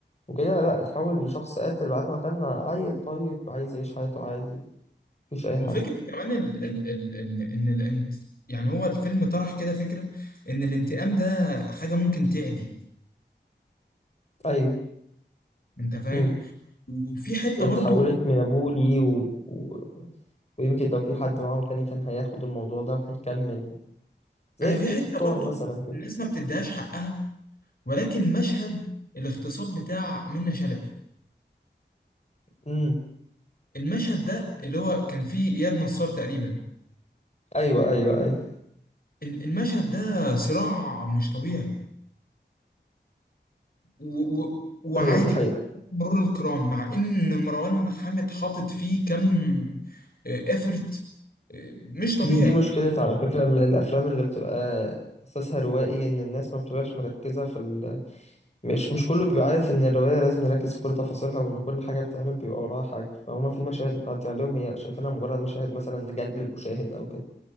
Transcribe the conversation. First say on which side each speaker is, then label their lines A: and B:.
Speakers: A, on the left (about 35°); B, on the left (about 55°).
A: وكده لا اتحول لشخص قاتل بعد ما كان عيل طيب عايز يعيش حياته عادي مفيش اي حاجة
B: وفكرة كمان ال... ال... ال... إن إن الانت... يعني هو الفيلم طرح كده فكرة إن الانتقام ده حاجة ممكن تعدي
A: ايوه
B: أنت فاهم؟
A: امم
B: وفي حتة
A: اتحولت
B: برضو
A: من ابوه ليه و... و... ويمكن لو في حد معاهم تاني كان هياخد الموضوع ده وهيكمل زي
B: انا
A: فكرة
B: في حته
A: الطار
B: برضو
A: مثلا كده
B: الناس ما بتديهاش حقها ولكن مشهد الاغتصاب بتاع منة شلبي
A: امم
B: المشهد ده اللي هو كان فيه اياد نصار تقريبا
A: ايوه ايوه ايوه
B: ال- المشهد ده صراع مش طبيعي و و وعادي
A: ايوه دي حقيقة
B: مرور الكرام مع ان مروان حامد حاطط فيه كم افرت مش طبيعي
A: دي دي مشكلة على فكرة ال- الأفلام اللي بتبقى أساسها روائي إن الناس ما بتبقاش مركزة في ال... مش مش كله بيبقى عارف إن الرواية لازم نركز في كل تفاصيلها وإن كل حاجة بتتعمل بيبقى وراها حاجة فهما في مشاهد بتعدي عليهم هي شايفينها مجرد مشاهد مثلا لجلب المشاهد أو كده